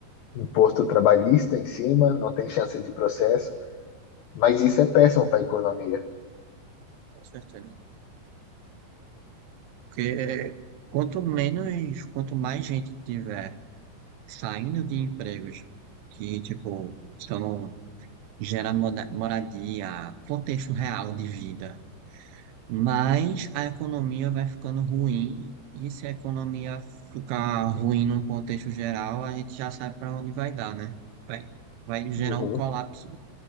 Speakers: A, on the left; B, on the right.
A: imposto trabalhista em cima, não tem chance de processo. Mas isso é péssimo para a economia.
B: Com certeza. Porque quanto menos, quanto mais gente tiver saindo de empregos que, tipo, só não gera moda- moradia, contexto real de vida mas a economia vai ficando ruim, e se a economia ficar ruim num contexto geral, a gente já sabe para onde vai dar, né? Vai, vai gerar
A: Uhum.
B: um colapso